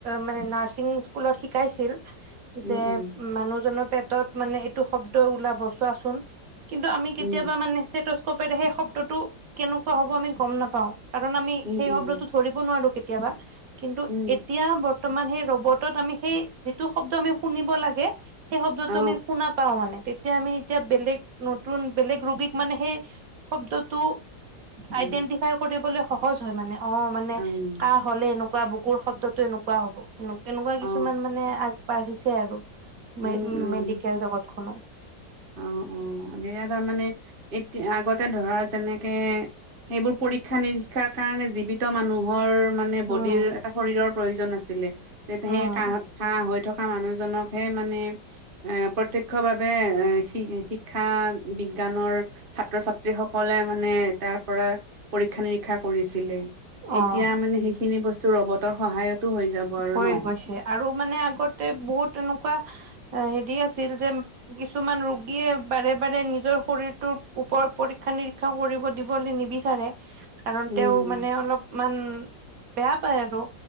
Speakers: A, on the right; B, on the right.
A: মানে, নাৰছিং স্কুলত শিকাইছিল।
B: উম
A: যে,
B: উম
A: মানুহজনৰ পেটত মানে, এইটো শব্দ ওলাব চোৱাচোন। কিন্তু, আমি কেতিয়াবা
B: উম
A: মানে, স্তেটোষ্ক'পেৰে সেই শব্দটো কেনেকুৱা হ'ব আমি গম নাপাওঁ। কাৰণ, আমি
B: উম
A: সেই
B: উম
A: শব্দটো ধৰিব নোৱাৰো কেতিয়াবা, কিন্তু
B: উম
A: এতিয়া বৰ্তমান সেই ৰ'ব' বতত আমি সেই যিটো শব্দ আমি শুনিব লাগে, সেই শব্দটো
B: অ
A: আমি শুনা পাওঁ মানে। এতিয়া আমি এতিয়া বেলেগ নতুন বেলেগ ৰোগীক মানে সেই শব্দটো
B: উম
A: আইদেন্টিফাই কৰিবলৈ সহজ হয় মানে, অ', মানে,
B: উম
A: কাঁহ হ'লে এনেকুৱা, বুকুৰ শব্দটো এনেকুৱা ৱা হ'ব। তেনেকুৱা
B: অ
A: কিছুমান মানে, আগবাঢ়িছে আৰু। মে
B: উম উম
A: মেডিকেল জগতখনত।
B: অ', অ', এতিয়া তাৰমানে, এতিয়া আগতে ধৰা যেনেকে সেইবোৰ পৰীক্ষা নিৰীক্ষাৰ কাৰণে জীৱিত মানুহৰ মানে, ব'ডিৰ
A: উম
B: এটা শৰীৰৰ প্ৰয়োজন আছিলে। যে সেই
A: উম
B: কাঁহ কাঁহ হৈ থকা মানুহজনকহে মানে, এ প্ৰত্যক্ষ ভাৱে এ শি শিক্ষা বিজ্ঞানৰ ছাত্ৰ-ছাত্ৰী সকলে মানে তাৰ পৰা পৰীক্ষা-নিৰীক্ষা কৰিছিলে, এতিয়া
A: অ
B: মানে, সেইখিনি বস্তু ৰ'ব'ট'ৰ সহায়তো হৈ যাব আৰু
A: হৈ
B: ন?
A: গৈছে আৰু মানে, আগতে বহুত এনেকুৱা হেৰি আছিল যে কিছুমান ৰোগীয়ে বাৰে বাৰে নিজৰ শৰীৰটোৰ ওপৰত পৰীক্ষা-নিৰীক্ষা কৰিব দিবলৈ নিবিচ চাৰে কাৰণ,
B: উম।
A: তেওঁ মানে, অলপমান বেয়া পায় আৰু,